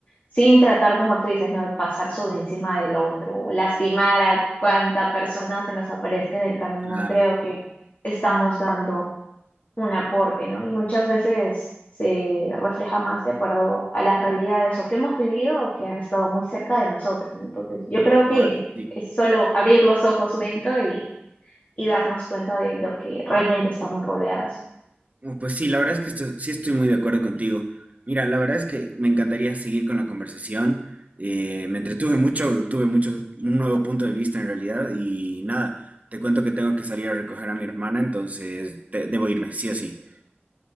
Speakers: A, on the left; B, on the right.
A: sin tratar, como tú dices, ¿no? de Pasar sobre encima del otro, o lastimar a cuanta persona se nos aparezca en el camino.
B: Claro,
A: Creo que estamos dando un aporte, ¿no? Y muchas veces se refleja más de acuerdo a las realidades o que hemos vivido o que han estado muy cerca de nosotros, ¿no? Entonces, yo creo
B: tal
A: que
B: cual, sí.
A: es solo abrir los ojos un momento y, y darnos cuenta de lo que realmente estamos rodeados.
B: No, Pues sí, la verdad es que esto- sí estoy muy de acuerdo contigo. Mira, la verdad es que me encantaría seguir con la conversación. eh, me entretuve mucho, tuve mucho, un nuevo punto de vista en realidad y nada, te cuento que tengo que salir a recoger a mi hermana, entonces te- debo irme, sí o sí.